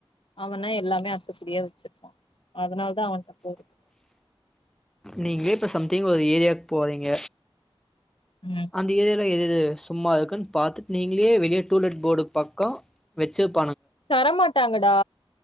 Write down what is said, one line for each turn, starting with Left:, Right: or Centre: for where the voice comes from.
Left: அவனா எல்லாமே அத்துப்படியா வச்சுருப்பா அதனால தா அவ ட போரது
Centre: நீங்களே இப்ப சம்திங் ஒரு ஏரியாக்கு போறீங்க
Left: ம்.
Centre: அந்த ஏரியா எது சும்மா இருக்குன்னு பாத்தட்டு நீங்களே வெளிய டூலெட் போடு பக்க வச்சப்
Left: தரமாட்டாங்கடா